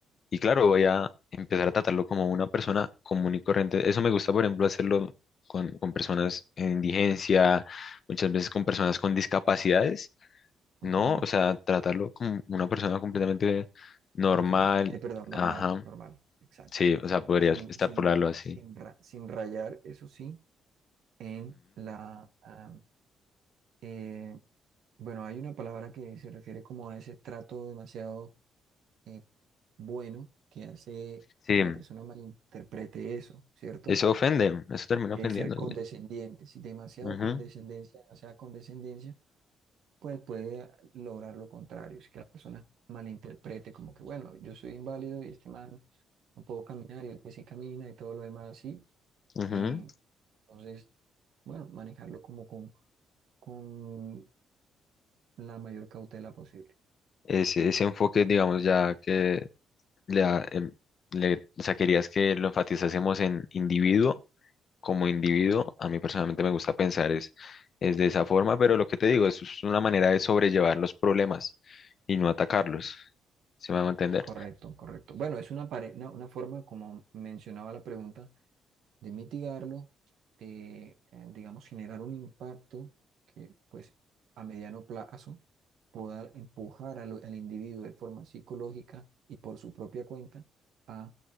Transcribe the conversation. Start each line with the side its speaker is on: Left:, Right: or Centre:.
Left: y claro, voy a empezar a tratarlo como una persona común y corriente. Eso me gusta, por ejemplo, hacerlo con, con personas en indigencia, muchas veces con personas con discapacidades,
Right: ujú.
Left: ¿no? O sea, tratarlo como una persona completamente normal.
Right: Diferente. Eh, perdón, normal,
Left: Ajá,
Right: normal, exacto.
Left: sí, o sea, podrías
Right: Sin,
Left: extrapolarlo
Right: sin,
Left: así.
Right: sin, ra- sin rayar, eso sí, en la... ah, eh, bueno, hay una palabra que se refiere como a ese trato demasiado eh, bueno que hace
Left: Sí,
Right: que la persona malinterprete eso, ¿cierto?
Left: eso ofende, eso termina
Right: Que
Left: ofendiendo.
Right: es ser condescendiente. Si demasiado
Left: ujú,
Right: condescendencia, demasiada condescendencia pues puede lograr lo contrario, es que la persona malinterprete como que, bueno, yo soy inválido y este man no puedo caminar y el que sí camina y todo lo demás así.
Left: ujú.
Right: Eh, entonces, bueno, manejarlo como con, con la mayor cautela posible.
Left: Ese, ese enfoque, digamos, ya que le, da, em, le, o sea, querías que lo enfatizásemos en individuo, como individuo, a mí personalmente me gusta pensar es, es de esa forma, pero lo que te digo, eso es una manera de sobrellevar los problemas y no atacarlos, ¿se me va a entender?
Right: Correcto, correcto. Bueno, es una, pare- una, una forma, como mencionaba la pregunta, de mitigarlo, de, eh, digamos, generar un impacto que, pues, a mediano plazo pueda empujar al, al individuo de forma psicológica y por su propia cuenta a,